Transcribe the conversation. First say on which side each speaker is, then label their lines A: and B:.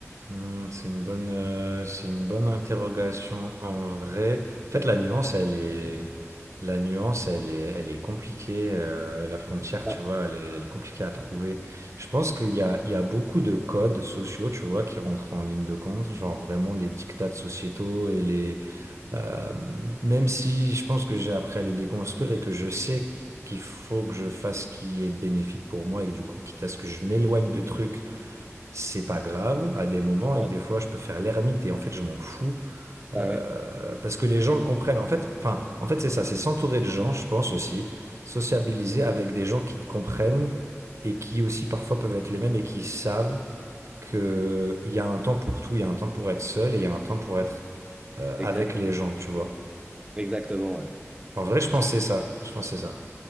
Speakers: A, on the right; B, on the right.
A: Hmm, c'est une bonne, euh, c'est une bonne interrogation en vrai. En fait, la nuance, elle est, la nuance, elle est, elle est compliquée. euh, la frontière,
B: Ah,
A: tu vois, elle est, elle est compliquée à trouver. Je pense qu'il y a, il y a beaucoup de codes sociaux, tu vois, qui rentrent en ligne de compte, genre vraiment les dictats sociétaux et les, euh, même si je pense que j'ai appris à les déconstruire et que je sais qu'il faut que je fasse ce qui est bénéfique pour moi et que du coup, quitte à ce que je m'éloigne de trucs c'est pas grave à des moments
B: ouais.
A: et que des fois je peux faire l'ermite et en fait je m'en fous euh,
B: Bah ouais,
A: parce que les gens le comprennent. En fait, enfin, en fait c'est ça, c'est s'entourer de gens, je pense aussi, sociabiliser avec des gens qui te comprennent et qui aussi parfois peuvent être les mêmes et qui savent que il y a un temps pour tout, il y a un temps pour être seul et il y a un temps pour être euh,
B: exact,
A: avec les gens, tu vois.
B: exactement, ouais.
A: En vrai, je pense
B: Je-
A: que c'est ça. Je pense que c'est ça.